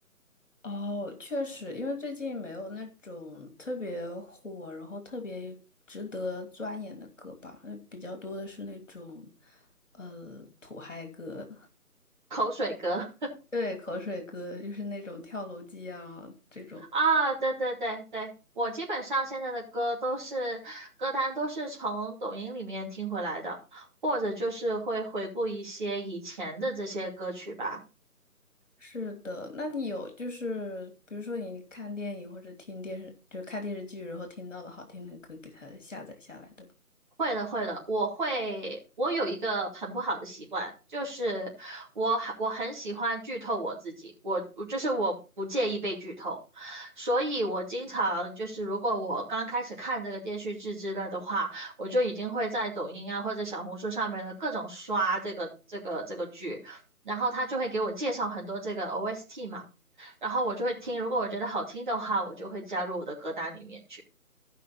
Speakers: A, on the left; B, on the right.
A: 哦，确实，因为最近没有那种特别火，然后特别值得钻研的歌吧，那比较多的是那种，呃，土嗨歌，
B: 口水歌。
A: <laughs> 对，口水歌，就是那种跳楼机啊这种。
B: 啊，对对对对，我基本上现在的歌都是歌单都是从抖音里面听回来的，或者就是会回顾一些以前的这些歌曲吧。
A: 是的，那你有就是比如说你看电影或者听电视，就是看电视剧，然后听到的好听的歌，给它下载下来的吗？
B: 会的，会的，我会，我有一个很不好的习惯，就是我很我很喜欢剧透我自己，我我就是我不介意被剧透，所以我经常就是如果我刚开始看这个电视剧之类的话，我就已经会在抖音啊或者小红书上面的各种刷这个这个这个剧，然后他就会给我介绍很多这个 OST 嘛，然后我就会听，如果我觉得好听的话，我就会加入我的歌单里面去。